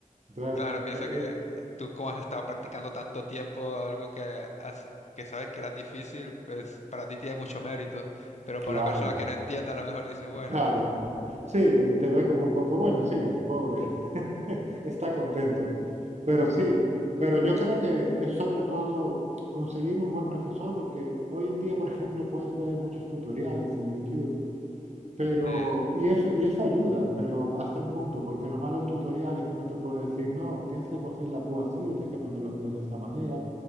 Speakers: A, on the right; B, on the left.
A: Entonces,
B: Claro, piensa
A: eh,
B: que
A: eh,
B: tú como has estado practicando tanto tiempo algo que, has- que sabes que era difícil, pues para ti tiene mucho mérito. Pero
A: claro,
B: para una persona que no entienda, a lo mejor dice, bueno,
A: claro. Sí, te ve como un poco, bueno, sí, el pobre <laughs> está contento. Pero sí, pero yo creo que es sobre todo conseguir un buen profesor, porque hoy en día, por ejemplo, puedes ver muchos tutoriales en YouTube Pero,
B: sí,
A: y eso, y eso ayuda, pero hasta un punto, porque lo malo del tutorial es que no te puede decir, no, tienes que coger la púa así o tienes que poner los dedos de esta manera,